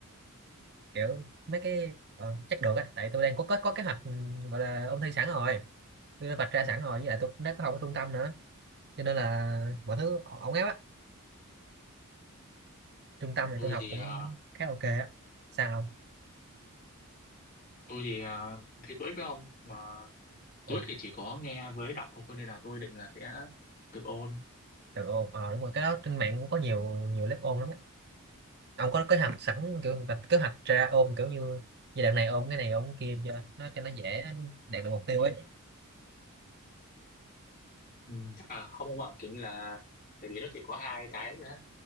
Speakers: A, on the right; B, on the left.
A: kiểu mấy cái ờ, chắc được á tại tôi đang có có, có kế hoạch ừ, gọi là ôn thi sẵn rồi tôi đã vạch ra sẵn rồi với lại tôi cũng đã có học ở trung tâm nữa cho nên là mọi thứ ổn áp á trung tâm này
B: tôi
A: tôi học
B: thì
A: cũng
B: ờ,
A: khá ok á sao không
B: tôi thì ờ, thi TOEIC với ông mà
A: ừ,
B: TOEIC thì chỉ có nghe với đọc thôi nên là tôi định là sẽ tự ôn
A: được ôn ờ đúng rồi
B: ừ.
A: cái đó trên mạng cũng có nhiều nhiều lớp ôn lắm á ông có kế hoạch sẵn kiểu vạch kế hoạch ra ôn kiểu như giai đoạn này ôn cái này ôn cái kia cho nó cho nó dễ đạt được mục tiêu ấy
B: Ừ, chắc là không ông ạ kiểu như là tại vì nó chỉ có hai cái nữa